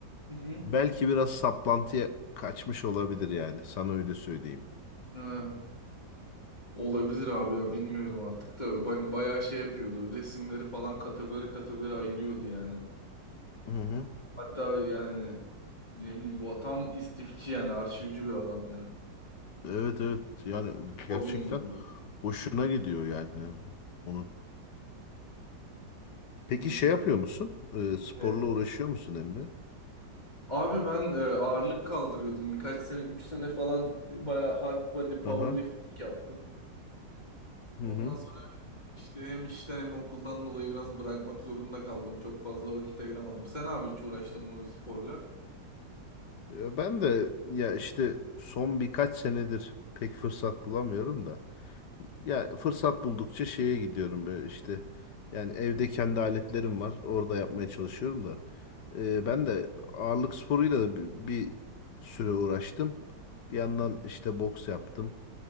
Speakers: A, on the left; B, on the left.
A: Hı hı.
B: Belki biraz saplantıya kaçmış olabilir yani sana öyle söyleyeyim.
A: Ha, olabilir abi ya bilmiyorum artık da hani bayağı şey yapıyordu resimleri falan kategori kategori ayırıyordu yani.
B: Hı hı.
A: Hatta yani ne bileyim bu tam istifçi yani arşivci bir adam yani.
B: Evet evet yani
A: Hobim
B: gerçekten
A: bu.
B: hoşuna
A: Aha.
B: gidiyor yani onu. Peki
A: Hmm.
B: şey yapıyor musun? E, sporla
A: Ne?
B: uğraşıyor musun Emre?
A: Abi ben e, ağırlık kaldırıyordum birkaç sene 3 sene falan bayağı hard body powerlifting
B: Aha.
A: yaptım.
B: Hı
A: Ondan
B: hı.
A: İşte hem işten hem okuldan dolayı biraz bırakmak zorunda kaldım. Çok fazla vakit ayıramadım. Sen abi hiç uğraştın mı bir sporla?
B: Ya Ben de ya işte son birkaç senedir pek fırsat bulamıyorum da. Ya fırsat buldukça şeye gidiyorum böyle işte. Yani evde kendi aletlerim var. Orada yapmaya çalışıyorum da. Ee,
A: Hı
B: ben de ağırlık sporuyla da bir, bir süre uğraştım. Bir yandan
A: hı.
B: işte boks yaptım.